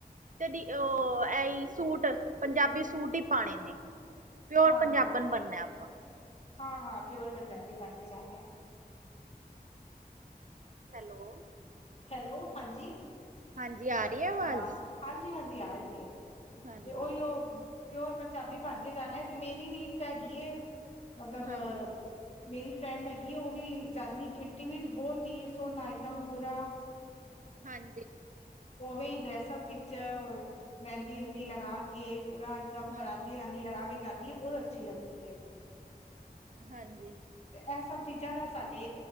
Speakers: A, on the right; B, on the left.
A: ਤੇ ਕਦੀ ਓ, ਐ ਈ ਸੂਟ, ਪੰਜਾਬੀ ਸੂਟ ਹੀ ਪਾਣੇ ਨੇ ਪਿਓਰ
B: ਹਾਂ
A: ਪੰਜਾਬਨ
B: ਹਾਂ
A: ਬਣਨਾ ਆਪਾਂ।
B: ਹਾਂ-ਹਾਂ ਪਿਓਰ ਪੰਜਾਬੀ ਬਨ ਕੇ ਜਾਨਾ ਐ।
A: ਹੈਲੋ
B: ਹੈਲੋ, ਹਾਂਜੀ
A: ਹਾਂਜੀ ਆ ਰੀ ਏ ਆਵਾਜ?
B: ਆਵਾਜ਼ ਹਾਂਜੀ-ਹਾਂਜੀ ਆ ਰੀ ਏ, ਤੇ
A: ਹਾਂਜੀ।
B: ੳਈੳ ਪਿਓਰ ਪੰਜਾਬੀ ਬਣ ਕੇ ਜਾਨਾ ਐ ਤੇ ਮੇਰੀ ਵੀ ਇੱਕ ਹੈਗੀ ਏ ਮਤਲਬ
A: ਹਾਂਜੀ
B: ਮੇਰੀ ਫਰੈਂਡ ਹੈਗੀ ਏ, ੳਹ ਵੀ ਜਾਂਦੀ ਕਿਟੀ ਵਿੱਚ ਬੋਤ ਈ ਸੋਹਨਾ ਇੱਕਦਮ ਪੂਰਾ
A: ਹਾਂਜੀ।
B: ੳਵੇਂ ਡਰੈਸਅਪ ਵਿੱਚ ਮੈਂਦੀ ਮੂਦੀ ਲਗਾ ਕੇ ਪੂਰਾ ਇਕਦਮ
A: ਹਾਂ
B: ਪਰਾਂਦਾ ਦੀ ਲਗਾ ਕੇ ਜਾਂਦੀ ਏ, ਬੋਤ ਅੱਛੀ ਲਗਦੀ ਏ।
A: ਹਾਂਜੀ।
B: ਤੇ ਐ ਸਭ ਚੀਜਾਂ ਦਾ ਸਾਡੇ